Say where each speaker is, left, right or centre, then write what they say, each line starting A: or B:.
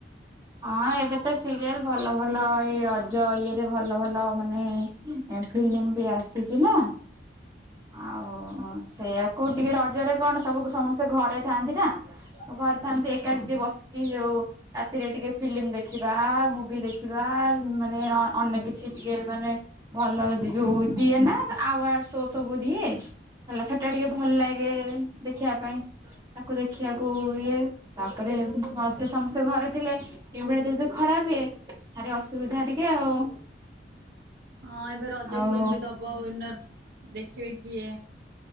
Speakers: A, on the right; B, on the right.
A: ହଁ, ଏବେ ତ ସିରିଏଲ ଭଲ ଭଲ ଏଇ ରଜ ଇଏରେ ଭଲ ଭଲ ମାନେ ଏ ଫିଲ୍ମ ବି ଆସ୍ ଆସିଛିନା। ଆଉ ସେୟାକୁ ଟିକେ ରଜରେ କଣ ସବୁ ସବୁଠୁ ସମ ଘରେ ଥାଆନ୍ତି ନା ଘରେ ଥାନ୍ତି ଏକାଠି ଟିକେ ବସିକି ଯୋଉ ରାତିରେ ଟିକେ ଫିଲ୍ମ ଦେଖିବା, ମୁଭି ଦେଖି ବା ମାନେ ଅନ୍ୟ କିଛି ଟିକେ ମାନେ ଯୋଉ ଦିଏ ନା ଆୱାଡ ସୋ ସବୁ ଦିଏ। ହେଲା, ସେଟା ଟିକେ ଭଲ ଲାଗେ ଦେଖିବା ପାଇଁ। ତାକୁ ଦେଖିବାକୁ ଇଏ, ତାପରେ ମତେ ସମସ୍ତେ ଘରେ ଥିଲେ ଏଇ ଭଳିଆ ଯଦି ଖରାପ ହୁଏ ଭାରି ଅସୁବିଧା ଟିକେ ଆଉ।
B: ହଁ ଏବେ ରଜ
A: ଆଉ
B: କ୍ୱିନ୍ ବି ଦବ। ୱିନର ଦେଖିବେ କିଏ?